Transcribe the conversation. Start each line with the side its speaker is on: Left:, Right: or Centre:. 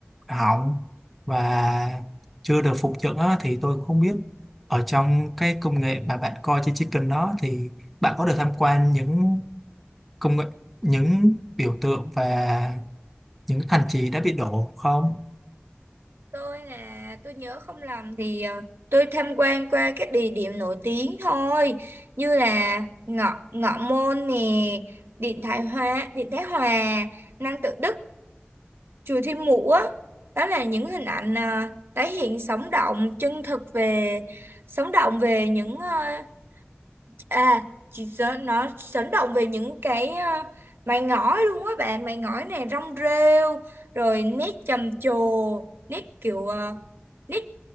Centre: hỏng và chưa được phục dựng á, thì tôi không biết ở trong cái công nghệ mà bạn coi trên Chicken đó thì bạn có được tham quan những công nghệ những biểu tượng và những thành trì đã bị đổ không?
Right: tôi nè tôi nhớ không lầm thì ờ, tôi tham quan qua các địa điểm nổi tiếng thôi như là ngọ ngọ môn nè Điện Thái Hòa Điện Thái Hòa Năng Tự Đức chùa Thiên Mụ á đó là những hình ảnh à, tái hiện sống động chân thực về sống động về những à, à chỉ sợ nó sống động về những cái à, mày ngói luôn á bạn mày ngói này rong rêu rồi nét trầm trồ nét kiểu à, nét